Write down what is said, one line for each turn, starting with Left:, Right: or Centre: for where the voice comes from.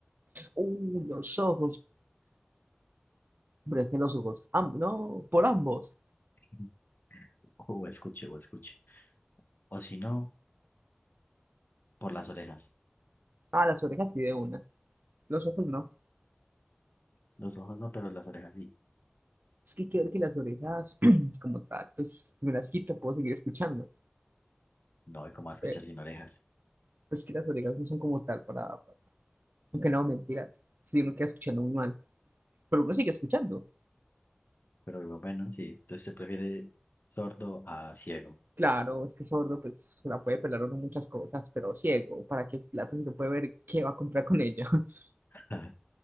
Right: Uh, los ojos. Presten los ojos. Am- no, por ambos.
Left: <laughs> O escuche, o escuche. O si no, por las orejas.
Right: Ah, las orejas sí de una. Los ojos no.
Left: Los ojos no, pero las orejas sí.
Right: Es que hay que ver que las orejas, <clears throat> como tal, pues si me las quito, puedo seguir escuchando.
Left: No, ¿y cómo va a escuchar
Right: Pero
Left: sin orejas?
Right: pues que las orejas no son como tal para. para- Aunque no, mentiras. Si uno queda escuchando muy mal. Pero uno sigue escuchando.
Left: Pero digo, bueno, sí, entonces se prefiere sordo a ciego.
Right: Claro, es que sordo, pues se la puede pelar uno muchas cosas, pero ciego, ¿para qué plata si no puede ver qué va a comprar con ella? <laughs>
Left: <laughs>